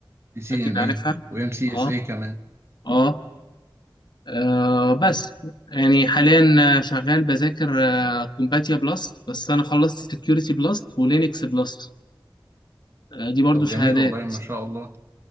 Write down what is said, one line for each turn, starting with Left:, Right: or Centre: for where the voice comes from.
Right: بي سي
Left: اكيد
Right: ان
Left: عارفها
Right: اي وام سي
Left: اه
Right: اس اي كمان
Left: اه آه، بس
Right: مم.
Left: يعني حاليا شغال بذاكر آه كومباتيا بلس بس انا خلصت سكيورتي بلس ولينكس بلس آه، دي برضو
Right: طب
Left: شهادات
Right: جميل والله ما شاء الله